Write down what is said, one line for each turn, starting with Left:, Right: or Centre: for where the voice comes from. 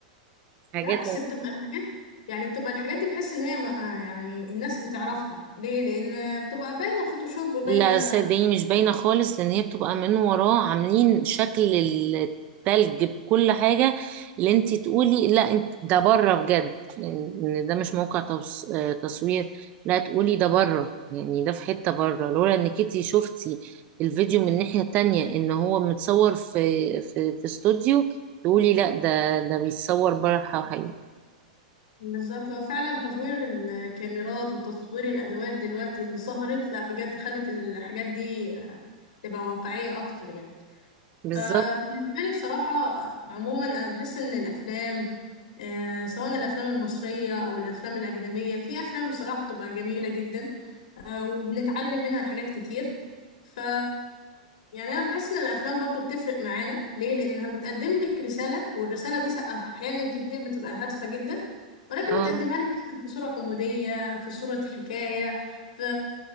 Right: حاجات
Left: لا، بس بتبقى الحاجات يعني بتبقى الحاجات دي بحس إن هي ما- آه، يعني الناس بتعرفها ليه؟ لأن بتبقى باينة فوتوشوب باينة
Right: لا صدقيني مش باينة خالص لأن هي بتبقى من وراه عاملين شكل التلج بكل حاجة اللي انت تقولي لا انت ده بره بجد يعني ان ده مش موقع توص... آه، تصوير لا تقولي ده بره يعني ده في حتة بره لولا انك انت شفتي الفيديو من ناحية تانية ان هو متصور في في في استوديو تقولي لا ده ده بيتصور بره حقيقي
Left: بالظبط هو فعلا تطوير الكاميرات وتطوير الأدوات دلوقتي اللي ظهرت لا بجد خلت الحاجات دي آه، تبقى واقعية أكتر يعني
Right: بالظبط
Left: فبالنسبة لي بصراحة آه، عموما أنا بحس إن الأفلام آه، سواء الأفلام المصرية أو الأفلام الأجنبية في أفلام بصراحة بتبقى جميلة جدا آه، وبنتعلم منها حاجات كتير ف يعني انا بحس ان الافلام برضو بتفرق معانا ليه لانها بتقدم لك رساله والرساله دي سا- احيانا كتير بتبقى هادفه جدا ولكن
Right: اه
Left: بتقدمها لك مثلا في صوره كوميديه في صوره حكايه في